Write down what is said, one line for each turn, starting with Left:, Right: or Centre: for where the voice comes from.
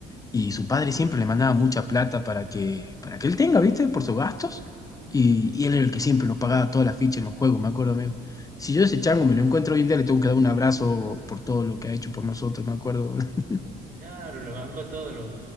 Left: y su padre siempre le mandaba mucha plata para que, para que él tenga, ¿viste? Por sus gastos. Y, y él era el que siempre nos pagaba todas las fichas en los juegos, me acuerdo, amigo. Si yo ese chango me lo encuentro hoy en día, le tengo que dar un abrazo por todo lo que ha hecho por nosotros, me acuerdo. <laughs>
Right: claro, le bancó todos los,